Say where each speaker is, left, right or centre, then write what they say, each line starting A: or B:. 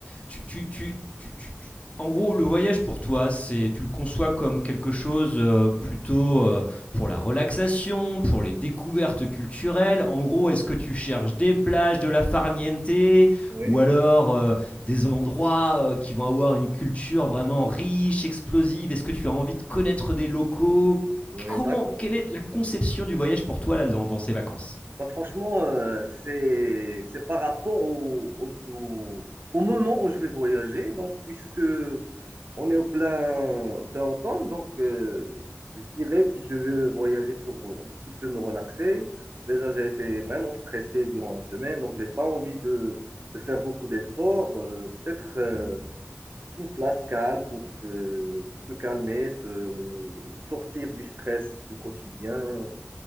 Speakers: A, on the left (about 25°); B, on the right (about 45°).
A: tu, tu- tu- tu- tu- tu- En gros, le voyage pour toi, c'est, tu le conçois comme quelque chose euh, plutôt euh, pour la relaxation, pour les découvertes culturelles. En gros, est-ce que tu cherches des plages, de la farniente,
B: Oui,
A: ou alors euh, des endroits euh, qui vont avoir une culture vraiment riche, explosive Est-ce que tu as envie de connaître des locaux
B: oui,
A: Comment,
B: d'accord.
A: quelle est la conception du voyage pour toi là dans, dans ces vacances
B: Bah, franchement, euh, c'est, c'est par rapport au, au, au- au moment où je vais voyager. Donc, puisque on est au plein, au plein automne, donc euh, je dirais que je vais voyager pour un petit peu me relaxer. Déjà, j'ai été
A: Ouais.
B: vraiment stressé durant la semaine, donc j'ai pas envie de, de faire beaucoup d'efforts. Euh, peut-être euh,
A: Mhm.
B: une place calme pour se, pour se calmer, se sortir du stress du quotidien